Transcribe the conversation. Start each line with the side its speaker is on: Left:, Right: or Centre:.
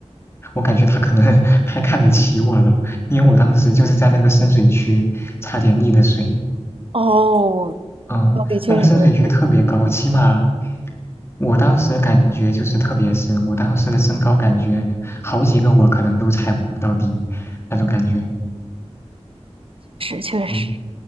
Left: 我感觉他可能 <laughs> 太看得起我了，因为我当时就是在那个深水区差点溺的水。
Right: 哦，
Left: 嗯，
Right: 的确是，
Left: 那个深水区特别高，起码我当时感觉就是特别深，我当时的身高感觉好几个我可能都踩不到底那种感觉。
Right: 确实，
Left: 嗯，